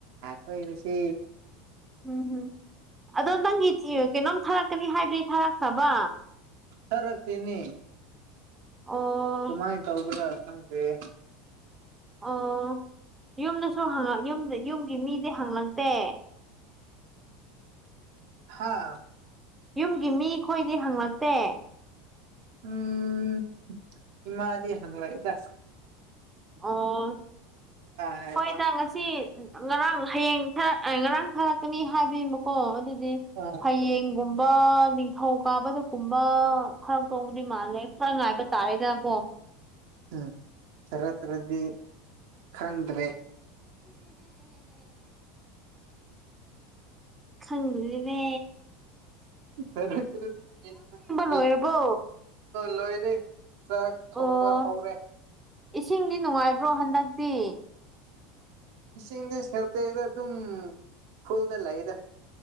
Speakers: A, on the right; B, on the right.
A: ꯀꯣꯏꯒꯤꯁꯤ
B: ꯎꯝ ꯍꯝ ꯑꯗꯣ ꯅꯪꯒꯤ ꯀꯩꯅꯣꯝ ꯊꯥꯔꯛꯀꯅꯤ ꯍꯥꯏꯕꯗꯤ ꯊꯥꯔꯛꯈ꯭ꯔꯕ
A: ꯊꯔꯛꯇꯦꯅꯦ
B: ꯑꯣ
A: ꯀꯃꯥꯏꯅ ꯇꯧꯕꯅꯣ ꯈꯪꯗꯔꯦ
B: ꯑꯣ ꯌꯨꯝꯗꯁꯨ ꯌꯨꯝꯒꯤ ꯃꯤꯗꯤ ꯍꯉꯛꯇꯦ
A: ꯍꯥꯥ
B: ꯌꯨꯝꯒꯤ ꯃꯤ ꯈꯣꯏꯗꯤ ꯍꯪꯂꯛꯇꯦ
A: ꯎꯝ ꯏꯃꯥꯗꯤ ꯍꯪ ꯂꯛꯏꯗ
B: ꯑꯣ
A: ꯍꯥꯏꯕ
B: ꯍꯣꯏꯗ ꯉꯁꯤ ꯉꯔꯥꯡ ꯍꯌꯦꯡ ꯉꯔꯥꯡ ꯊꯥꯔꯛꯀꯅꯤ ꯍꯥꯏꯕꯤꯃꯀꯣ ꯑꯗꯨꯗꯤ
A: ꯑ
B: ꯍꯌꯦꯡꯒꯨꯝꯕ ꯅꯤꯡꯊꯧ ꯀꯥꯕꯗꯀꯨꯝꯕ ꯈꯔ ꯇꯣꯡꯧꯕꯗꯤ ꯃꯥꯜꯂꯦ ꯈꯔ ꯉꯥꯏꯕ ꯇꯥꯔꯦꯗꯅꯀꯣ
A: ꯎꯝ ꯈꯔꯠꯇ꯭ꯔꯗꯤ ꯈꯪꯗ꯭ꯔꯦ
B: ꯈꯪꯗ꯭ꯔꯦꯅꯦ
A: ꯈꯔ ꯈꯔꯗꯤ ꯌꯦ
B: ꯂꯣꯏꯔꯕꯣ
A: ꯂꯣꯏꯔꯦ ꯆꯥꯛ ꯊꯣꯡꯕ
B: ꯑꯣ
A: ꯍꯧꯔꯦ
B: ꯏꯁꯤꯡꯗꯤ ꯅꯨꯡꯉꯥꯏꯕ꯭ꯔꯣ ꯍꯟꯗꯛꯇꯤ
A: ꯏꯁꯤꯡꯗꯤ ꯁꯦꯜꯇꯩꯗ ꯑꯗꯨꯝ ꯐꯨꯜꯗ ꯂꯩꯗ